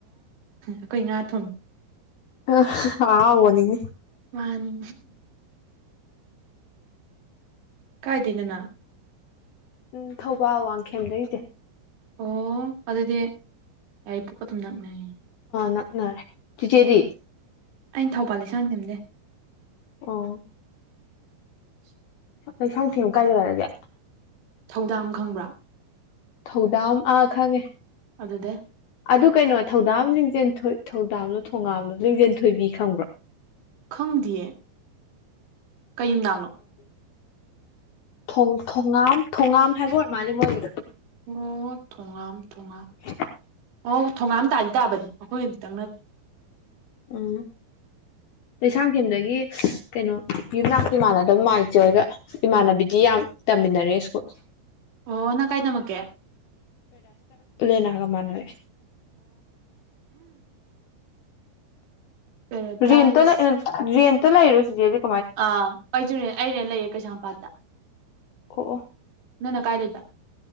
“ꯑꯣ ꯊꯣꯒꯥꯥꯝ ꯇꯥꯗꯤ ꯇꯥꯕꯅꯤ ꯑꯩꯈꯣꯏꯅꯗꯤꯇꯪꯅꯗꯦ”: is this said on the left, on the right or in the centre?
Right